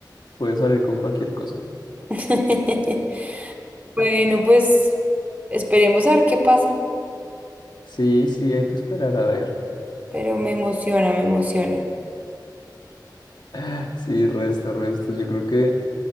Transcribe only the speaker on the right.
<laughs> Bueno, pues esperemos a ver qué pasa,
pero me emociona, me emociona.